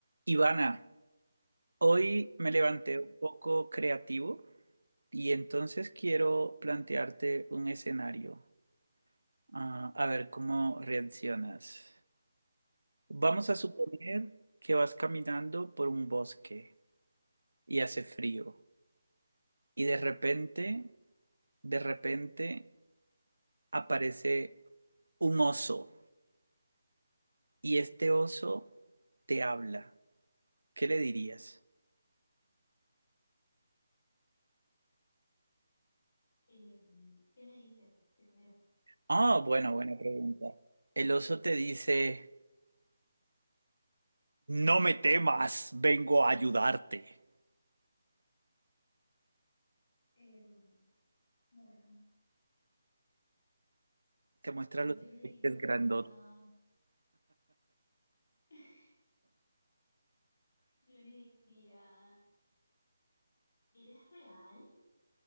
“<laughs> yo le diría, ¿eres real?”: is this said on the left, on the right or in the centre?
Left